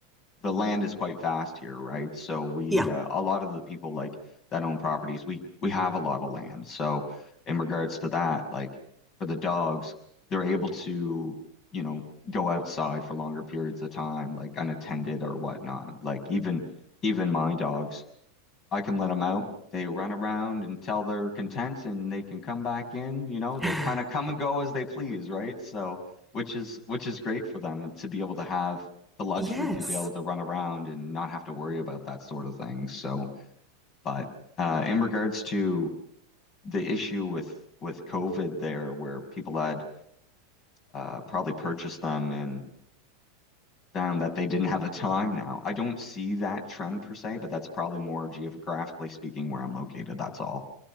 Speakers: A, on the left; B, in the centre.
A: the land is quite vast here, right? So we
B: yeah.
A: uh, a lot of the people like that own properties, we we have a lot of land. So in regards to that, like for the dogs, they're able to, you know, go outside for longer periods of time, like unattended or whatnot. Like even even my dogs I can let them out. They run around until they're content and they can come back in. You know,
B: <sighs>
A: they kind of come and go as they please, right? So, which is which is great for them to be able to have the luxury
B: Yes.
A: to be able to run around and not have to worry about that sort of thing. So, but uh, in regards to the issue with with COVID there, where people had uh, probably purchased them and found that they didn't have the time now. I don't see that trend per se, but that's probably more geographically speaking where I'm located. That's all.